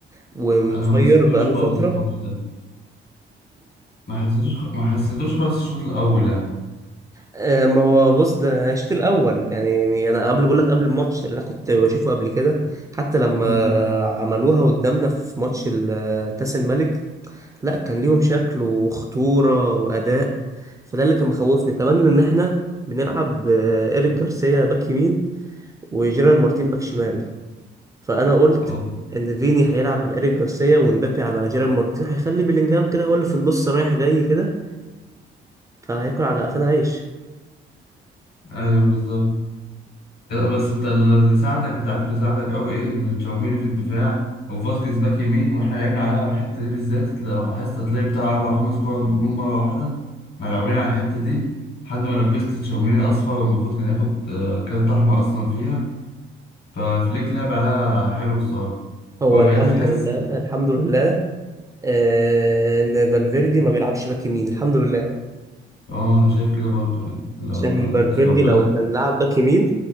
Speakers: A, on the right (about 15°); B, on the left (about 55°).
A: ومفير
B: انا ما حسيتوش
A: بقاله
B: خالص
A: فترة
B: الماتش ده ما حسيتوش ما حسيتوش خالص الشوط الاول يعني
A: آه، ما هو بص ده أنا الشوط الاول يعني يعني انا قبل بقول لك قبل الماتش اللي انا كنت بشوفه قبل كده حتى لما
B: امم
A: عملوها قدامنا في ماتش ال- آه، كاس الملك لا كان ليهم شكل وخطوره واداء فده اللي كان مخوفني كمان ان احنا بنلعب آه، ايريك جارسيا باك يمين وجيرارد مارتين باك شمال فانا قلت
B: اه
A: ان فيني هيلعب على ايريك جارسيا ومبابي على جيرارد مارتين هيخلي بيلينجهام كده هو اللي في النص رايح جاي كده فهياكل على قفانا عيش
B: ايوه بالظبط بس انت اللي ساعدك انت عارف اللي ساعدك قوي ايه ان تشاوميني في الدفاع وفاسكيز باك يمين واحنا لعبنا عليها الحته دي بالذات لو لاحظت هتلاقي بتاع اربع خمس كور جم مره واحده ملعوبين على الحته دي لحد ما لبست تشاوميني اصفر والمفروض كان ياخد آه، كارت احمر اصلا فيها ففليك لعب عليها حلو الصراحه
A: هو
B: والريال
A: الحمد
B: تحس
A: لله الحمد لله آه، ان فالفيردي ما بيلعبش باك يمين الحمد لله
B: اه انا شايف كده برضه يعني لو
A: عشان فالفيردي
B: لو بلا
A: لو كان لعب باك يمين